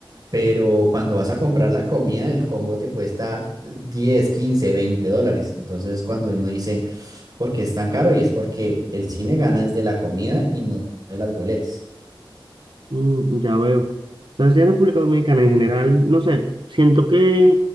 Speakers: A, on the right; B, on the right.
A: Pero cuando vas a comprar la comida, el combo te cuesta 10 15 20 dólares. Entonces es cuando uno dice, ¿por qué es tan caro? Y es porque el cine gana desde la comida y no de las boletas.
B: Mm, ya veo. O sea, si en República Dominicana en general, no sé, siento que,